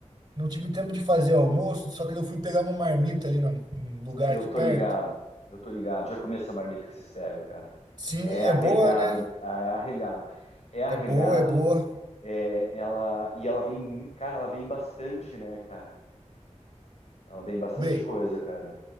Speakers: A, on the right; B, on the left.
A: não tive tempo de fazer almoço, só que eu fui pegar uma marmita ali num num lugar
B: Eu
A: aqui
B: tô
A: perto.
B: ligado, eu tô ligado. Já comi essa marmita que vocês pegam, cara.
A: Sim,
B: É arregado,
A: é boa, né?
B: né? Ah, É arregado. É arregado,
A: É boa, é boa.
B: é, ela, e ela vem, cara, ela vem bastante, né, cara? Ela vem bastante
A: Bem,
B: coisa, cara.